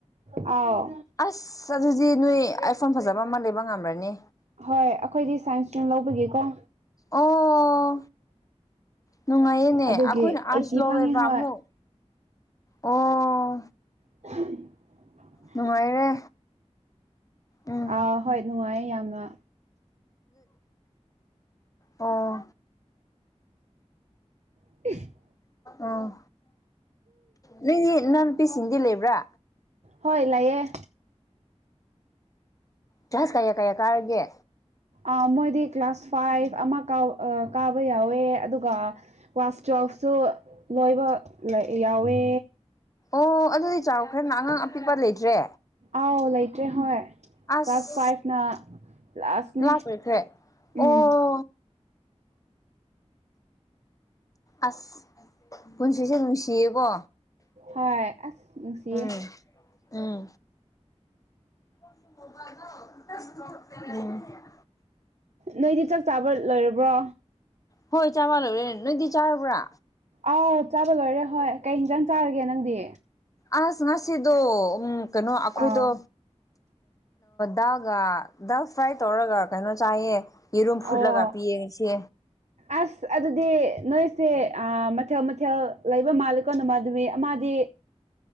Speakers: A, on the right; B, on the left.
A: ꯑꯥꯎ
B: ꯑꯁ ꯑꯗꯨꯗꯤ ꯅꯣꯏ ꯑꯥꯏꯐꯣꯟ ꯐꯖꯕ ꯑꯃ ꯂꯩꯕ ꯉꯝꯃꯅꯤ
A: ꯍꯣꯏ ꯑꯩꯈꯣꯏꯗꯤ ꯁꯥꯏꯟꯁ ꯏꯁꯇ꯭ꯔꯤꯝ ꯂꯧꯕꯒꯤꯀꯣ
B: ꯑꯣ ꯅꯨꯡꯉꯥꯏꯌꯦꯅꯦ
A: ꯑꯗꯨꯒꯤ
B: ꯑꯩꯈꯣꯏꯅ ꯑꯥꯔꯁ
A: ꯑꯩꯠꯇꯤ
B: ꯂꯧꯋꯦꯕ
A: ꯐꯪꯉꯤ ꯍꯣꯏ
B: ꯑꯃꯨꯛ ꯑꯣ
A: <inaudible>
B: ꯅꯨꯡꯉꯥꯏꯔꯦ ꯎꯝ
A: ꯑꯥ ꯍꯣꯏ ꯅꯨꯡꯉꯥꯏꯌꯦ ꯌꯥꯝꯅ
B: ꯑꯣ
A: ꯎ <inaudible>
B: ꯎꯝ ꯅꯣꯏꯗꯤ ꯏꯅꯥꯎ ꯅꯨꯄꯤꯁꯤꯡꯗꯤ ꯂꯩꯕ꯭ꯔꯥ
A: ꯍꯣꯏ ꯂꯩꯌꯦ
B: ꯀ꯭ꯂꯥꯁ ꯀꯌꯥ ꯀꯌꯥ ꯀꯥꯔꯒꯦ
A: ꯑ ꯃꯣꯏꯗꯤ ꯀ꯭ꯂꯥꯁ ꯐꯥꯏꯚ ꯑꯃ ꯀ ꯀꯥꯕ ꯌꯥꯎꯋꯦ ꯑꯗꯨꯒ ꯀ꯭ꯂꯥꯁ ꯇꯨꯌꯦꯜꯐ ꯁꯨ ꯂꯣꯏꯕ ꯌꯥꯎꯋꯦ
B: ꯑꯣ ꯑꯗꯨꯗꯤ ꯆꯥꯎꯈ꯭ꯔꯦꯅ ꯑꯉꯥꯡ ꯑꯄꯤꯛꯄ ꯂꯩꯇ꯭ꯔꯦ
A: ꯑꯧ ꯂꯩꯇ꯭ꯔꯦ ꯍꯣꯏ
B: ꯑꯁ
A: ꯀ꯭ꯂꯥꯁ ꯐꯥꯏꯚꯅ ꯂꯥꯁꯅꯦ
B: ꯂꯥꯁ ꯂꯣꯢꯈ꯭ꯔꯦ
A: ꯎꯝ
B: ꯑꯣ ꯑꯁ ꯄꯨꯟꯁꯤꯁꯦ ꯅꯨꯡꯁꯤꯌꯦꯀꯣ
A: ꯍꯣꯏ ꯑꯁ ꯅꯨꯡꯁꯤꯌꯦ
B: ꯎꯝ ꯎꯝ <unintelligible>
A: ꯅꯣꯏꯗꯤ ꯆꯥꯛ ꯆꯥꯕ ꯂꯣꯏꯔꯕ꯭ꯔꯣ
B: ꯍꯣꯏ ꯆꯥꯕ ꯂꯣꯢꯔꯦ ꯅꯣꯏꯗꯤ ꯆꯥꯔꯕ꯭ꯔꯥ
A: ꯑꯧ ꯆꯥꯕ ꯂꯣꯏꯔꯦ ꯍꯣꯏ ꯀꯩ ꯏꯟꯖꯥꯡ ꯆꯥꯔꯒꯦ ꯅꯪꯗꯤ
B: ꯑꯁ ꯉꯁꯤꯗꯣ ꯎꯝ ꯀꯩꯅꯣ ꯑꯩꯈꯣꯏꯗꯣ
A: ꯑꯥꯎ
B: ꯗꯥꯒ ꯗꯥꯜ ꯐ꯭ꯔꯥꯏ ꯇꯧꯔꯒ ꯀꯩꯅꯣ ꯆꯥꯏꯌꯦ ꯌꯦꯔꯨꯝ ꯐꯨꯠꯂꯒ
A: ꯑꯣ
B: ꯄꯤꯌꯦ ꯉꯁꯤ
A: ꯑꯁ ꯑꯗꯨꯗꯤ ꯅꯣꯏꯁꯦ ꯃꯊꯦꯜ ꯃꯊꯦꯜ ꯑꯣꯏꯕ ꯃꯥꯜꯂꯤ ꯀꯩꯅꯣꯃꯗꯨꯏ ꯑꯃꯗꯤ